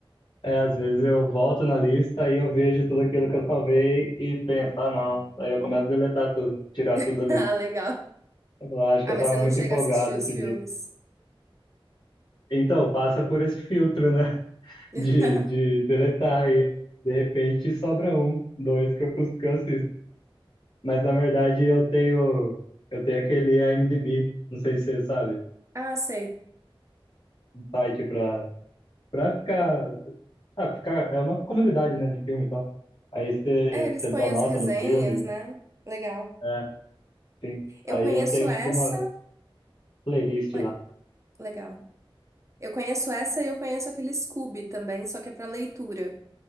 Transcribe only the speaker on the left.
É, às vezes eu volto na lista e eu vejo tudo aquilo que eu salvei e penso, ah, não. Aí eu começo a deletar tudo, tirar
tudo da lista.
Eu falo, "Ah, acho
que eu
tava
muito
empolgado
esse
dia. Então, passa por esse filtro, né? <laughs>
De, de deletar e de repente sobra um, dois que eu, cons- que eu assisto. Mas na verdade eu tenho, eu tenho aquele IMDb, não sei se você sabe.
site pra, pra ficar, ah, ficar. É uma comunidade, né, de filme e tal. Aí você
você
dá nota
nos filmes.
É, sim.
Aí
eu tenho,
tipo, uma playlist
lá.